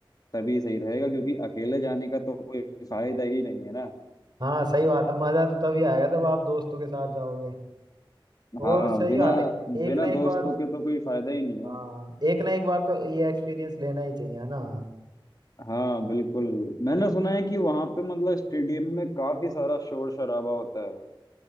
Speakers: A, on the left; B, on the right.
A: तभी सही रहेगा क्योंकि अकेले जाने का तो कोई फायदा ही नहीं है ना
B: हाँ सही बात है मजा तो तभी आएगा जब आप दोस्तों के साथ जाओगे
A: हाँ
B: और सही
A: बिना
B: बात है एक
A: बिना
B: ना
A: दोस्तों
B: एक बार
A: के तो कोई फायदा ही नहीं
B: हाँ
A: है
B: एक ना एक बार तो ये एक्सपीरियंस लेना ही चाहिए है ना
A: हाँ बिल्कुल मैंने सुना है कि वहां पे मतलब स्टेडियम में काफी सारा शोर शराबा होता है